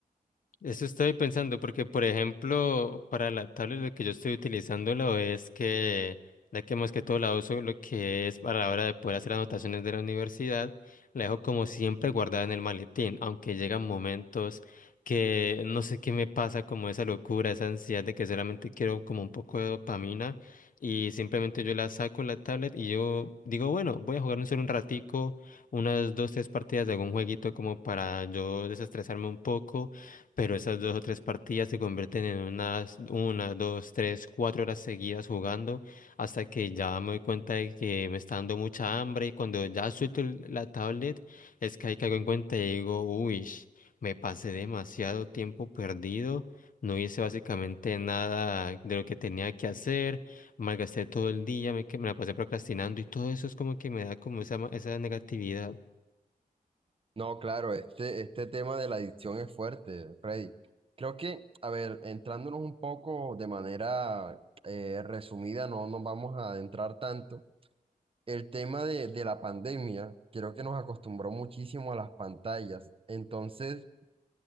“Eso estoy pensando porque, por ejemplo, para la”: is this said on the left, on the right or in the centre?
Left